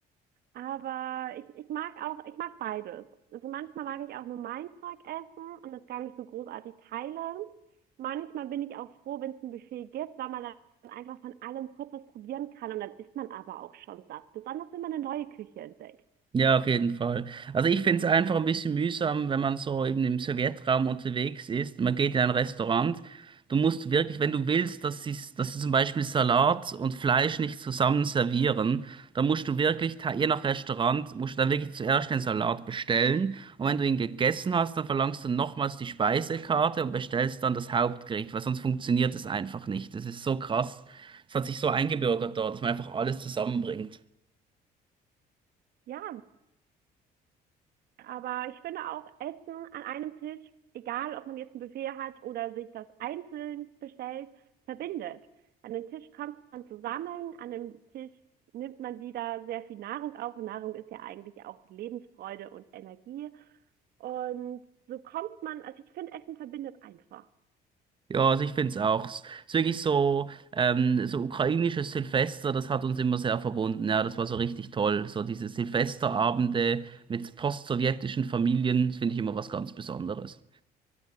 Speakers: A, on the right; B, on the right.
A: Aber ich, ich mag auch, ich mag beides. Also manchmal mag ich auch nur mein Zeug essen und das gar nicht so großartig teilen. Manchmal bin ich auch froh, wenn es ein Buffet gibt, weil man dann einfach von allem kurz was probieren kann und dann isst man aber auch schon satt. Besonders wenn man eine neue Küche entdeckt.
B: Ja, auf jeden Fall. Also ich finde es einfach ein bisschen mühsam, wenn man so eben im Sowjetraum unterwegs ist. Man geht in ein Restaurant. Du musst wirklich, wenn du willst, dass sie, dass sie zum Beispiel Salat und Fleisch nicht zusammen servieren, dann musst du wirklich, ta- je nach Restaurant, musst du dann wirklich zuerst den Salat bestellen. Und wenn du ihn gegessen hast, dann verlangst du nochmals die Speisekarte und bestellst dann das Hauptgericht, weil sonst funktioniert es einfach nicht. Das ist so krass. Es hat sich so eingebürgert dort, dass man einfach alles zusammenbringt.
A: Ja. Aber ich finde auch Essen an einem Tisch, egal ob man jetzt ein Buffet hat oder sich das einzeln bestellt, verbindet. An den Tisch kommt man zusammen, an dem Tisch nimmt man wieder sehr viel Nahrung auf und Nahrung ist ja eigentlich auch Lebensfreude und Energie. Und so kommt man, also ich finde, Essen verbindet einfach.
B: Ja, also ich finde es auch. Es ist wirklich so, ähm, so ukrainisches Silvester, das hat uns immer sehr verbunden. Ja, das war so richtig toll. So diese Silvesterabende mit postsowjetischen Familien, das finde ich immer was ganz Besonderes.